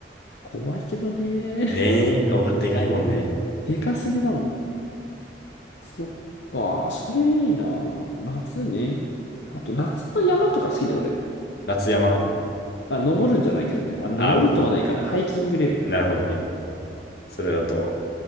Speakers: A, on the left; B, on the left.
A: 怖いけどね。<laughs>
B: ねえ、お、でかいもんね。
A: でかすぎだもん。そっか、それいいな。夏ね。あと、夏の山とか好きだよ、俺。
B: 夏山。
A: あ、登るんじゃないけどね。あ、登るとまだ行かない。
B: あ、
A: ハイキングレベルね。
B: なるほどね。それだと、